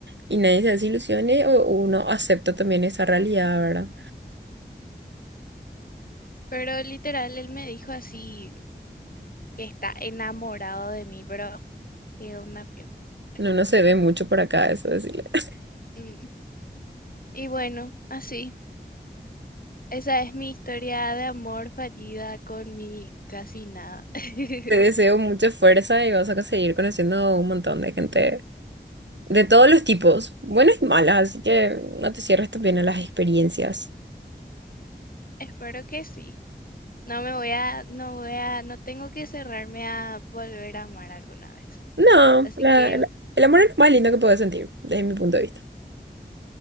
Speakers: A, on the right (about 80°); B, on the left (about 55°).
A: y nadie se desilusione o uno acepta también esa realidad, ¿verdad?
B: Pero literal, él me dijo así que está enamorado de mí, pero qué onda, pio. <laughs>
A: No, no se ve mucho por acá, eso decirle. <laughs>
B: Mm, Y bueno, así, esa es mi historia de amor fallida con mi casi nada. <laughs>
A: Te deseo mucha fuerza y vas a seguir conociendo un montón de gente de todos los tipos, buenas y malas, así que no te cierres también a las experiencias.
B: Espero que sí. No me voy a, no voy a, no tengo que cerrarme a volver a amar alguna vez.
A: No,
B: Así
A: la-
B: que,
A: la- el amor es lo más lindo que puedes sentir, desde mi punto de vista.